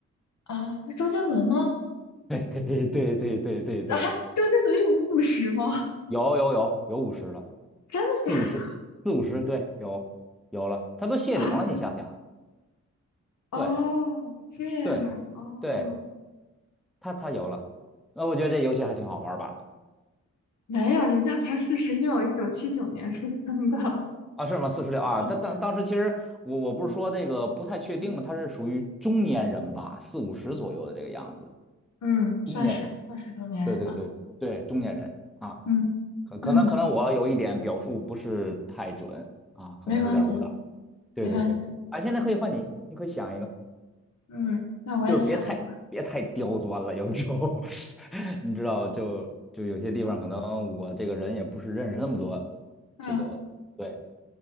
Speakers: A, on the left; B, in the centre.
A: 啊，是周杰伦吗？
B: 对 <laughs> 对对对对对，
A: 啊，周杰伦有五十吗？
B: 有有有有五十了。
A: 真的假的
B: 四五十，四五十，对，有有了，它都谢顶了，
A: 啊？
B: 你想想啊，
A: <laughs> 哦，
B: 对
A: 这样啊，
B: 对
A: 哦，
B: 对，它它有了，那我觉得这游戏还挺好玩儿吧？
A: 没有，人家才四十六，一九七九年出生的，
B: 啊，是吗？四十六啊，
A: <laughs>
B: 但当当时其实我我不是说这个不太确定嘛，
A: 嗯嗯
B: 他是属于中年人吧，四五十左右的这个样子，
A: 嗯算是算是中年人吧。
B: 中年人，对对对对，中年人啊，
A: 嗯
B: 可可能可能我有一点表述不是太准啊，
A: 嗯，
B: 可能有点误导，
A: 没关系，
B: 对对对，
A: 没关系。
B: 啊，现在可以换你，
A: 嗯
B: 你可以想一个。
A: 嗯，那我也想一个吧。
B: 就是别太别太刁钻了，有时候 <laughs> 你知道，就就有些地方可能我这个人也不是认识那么多，
A: 啊，嗯
B: 这个对，